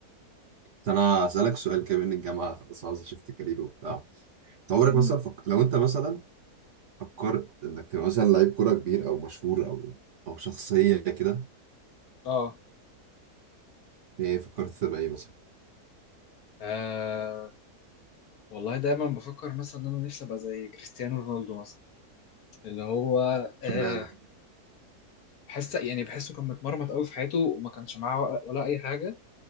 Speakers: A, on the right; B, on the left.
A: بس انا هسألك سؤال كده من الجامعة خلاص عاوز اشفت كارير وبتاع أنت عمرك
B: مم.
A: مثلا فك... لو انت مثلا فكرت انك تبقى مثلا لعيب كورة كبير او مشهور او او شخصية كده
B: اه
A: ايه فكرت تبقى ايه مثلا
B: آه، والله دايما بفكر مثلا ان انا نفسي ابقى زي كريستيانو رونالدو مثلا اللي هو آه
A: اشمعنى
B: بحس يعني بحسه كان متمرمط قوي في حياته وما كانش معاه ولا ولا اي حاجه